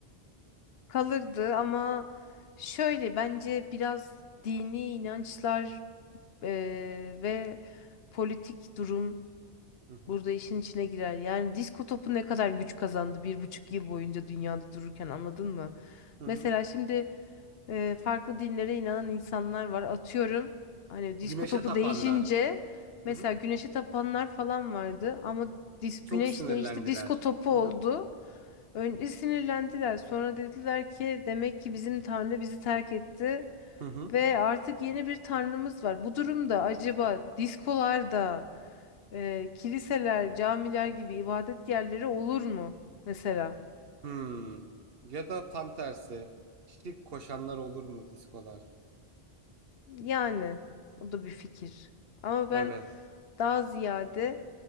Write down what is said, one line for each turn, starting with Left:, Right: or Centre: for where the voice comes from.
Left: Kalırdı ama şöyle bence biraz dini inançlar eee, ve politik durum
Right: Hı hı.
Left: burada işin içine girer. Yani disko topu ne kadar güç kazandı bir buçuk yıl boyunca dünyada dururken anladın mı?
Right: Hı
Left: Mesela
Right: hı.
Left: şimdi e, farklı dinlere inanan insanlar var. Atıyorum hani disko
Right: Güneşe
Left: topu
Right: tapanlar.
Left: değişince mesela
Right: Hı hı.
Left: güneşe tapanlar falan vardı ama dis
Right: Çok
Left: güneş
Right: sinirlendiler.
Left: değişti disko topu
Right: Hı hı.
Left: oldu. Önce sinirlendiler sonra dediler ki demek ki bizim tanrı bizi terk etti
Right: Hı hı.
Left: ve artık yeni bir tanrımız var. Bu durumda acaba diskolarda e, kiliseler, camiler gibi ibadet yerleri olur mu mesela?
Right: Hmm. Ya da tam tersi şirk koşanlar olur mu diskolar?
Left: Yani o da bir fikir. Ama
Right: Evet.
Left: ben daha ziyade